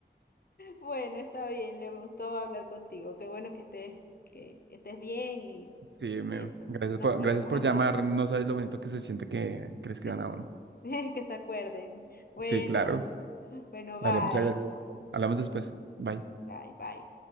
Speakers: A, on the left; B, on the right.
A: Bueno, está bien, le gustó hablar contigo. Qué bueno que estés, que, que estés bien y,
B: Sí, me-
A: y eso.
B: gracias
A: Nos
B: por,
A: ponemos
B: gracias por
A: al
B: llamar.
A: día.
B: No sabes lo bonito que se siente que crees que
A: Que,
B: van aún.
A: <laughs> que se acuerden. Bueno,
B: Sí, claro.
A: bueno,
B: Dale,
A: bye.
B: muchas gracias. Hablamos después. Bye.
A: Bye, bye.